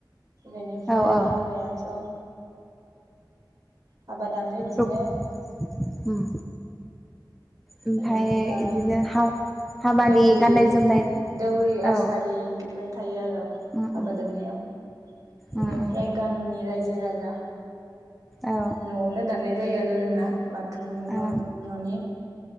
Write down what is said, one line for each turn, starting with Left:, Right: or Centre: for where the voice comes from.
Right: बेनिफ्राय
Centre: औ औ
Right: हाबाया ओ हाबा दानो बिदिनो
Centre: ओम ओमफाय
Right: बेनिफ्राय
Centre: इदिनो हा हाबानि
Right: दौरि
Centre: गाननाय जोमनाय
Right: दौरि आसारि
Centre: औ
Right: फोर थायो आरो
Centre: उम
Right: हाबा
Centre: उम
Right: दाननायाव बेनिफ्राय
Centre: उम उम
Right: गामिनि रायजो राजा
Centre: औ
Right: नवावनो दाननाय जायो आरो रोङा बाथौ न'नि
Centre: ओ